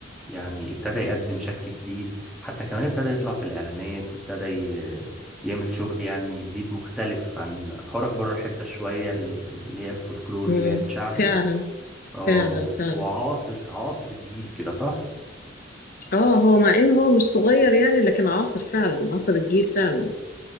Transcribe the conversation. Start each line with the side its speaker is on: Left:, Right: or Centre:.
Centre: يعني ابتدى يقدم شكل جديد حتى كمان ابتدى يطلع في الإعلانات وابتدى ي- يعمل شغل يعني جديد مختلف عن خرج بره الحتة شوية اللي هي الفولكلور
Left: مم.
Centre: اللي هي الشعبي
Left: فعلا
Centre: اه
Left: فعلا فعلا
Centre: وعاصر عاصر الجيل كده صح؟
Left: اه هو مع ان هو مش صغير يعني لكن عاصر فعلا عاصر الجيل فعلا